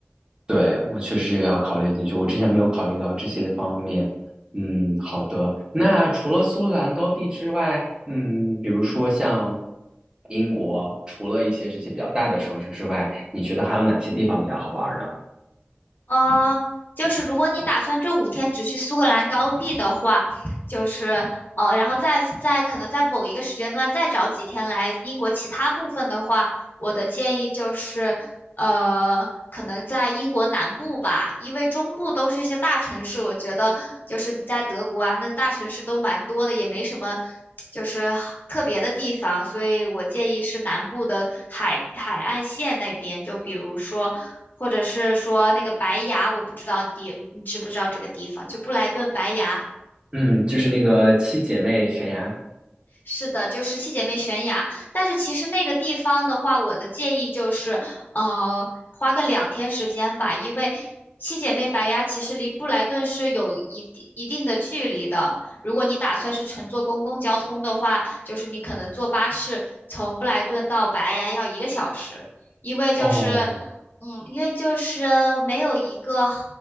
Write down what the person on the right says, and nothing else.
对，我确实也要考虑进去。我之前没有考虑到这些方面。嗯，好的。那除了苏格兰高地之外，嗯，比如说像英国，除了一些这些比较大的城市之外，你觉得还有哪些地方比较好玩呢？
嗯，就是那个七姐妹悬崖。
哦，